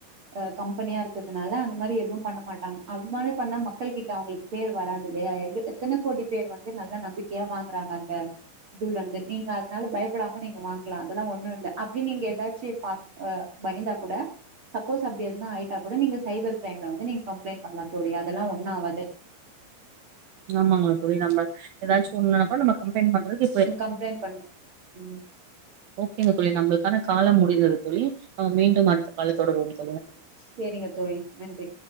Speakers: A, on the right; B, on the right.
A: அ கம்பெனியா இருக்கதுனால அந்த மாரி எதுவு பண்ண மாட்டாங்க அது மாரி பண்ணா மக்கள் கிட்ட அவங்களுக்கு பேர் வராது இல்லையா எங்குலுக்கு எத்தன கோடி பேர் வந்து நல்ல நம்பிக்கையா வாங்குறாங்க அங்க துலந்து நீங்க அதனால பயப்படாம நீங்க வாங்கலா அதெல்லா ஒண்ணு இல்ல அப்பிடினு நீங்க ஏதாச்சி பா பயந்தா கூட சப்போஸ் அப்பிடி எதுனா ஆயிட்டா கூட நீங்க சைபர் கிரைம்ல வந்து நீங்க கம்ப்ளைண் பண்ணலா தோழி அதெல்லா ஒன்னு ஆவாது
B: நம்மாங்களா தோழி நம்ம ஏதாச்சு
A: ம்
B: ஒண்ணுனாப்ப நம்ம கம்ப்ளைண்ட் பண்றது
A: கம்ப்ளைண்ட் பண்றம் ம்
B: ஓகேங்க தோழி நம்மளுக்கான கால முடிந்தது தோழி நம் மீண்டும் அடுத்த கால தொடருவோ
A: சேரிங்க தோழி நன்றி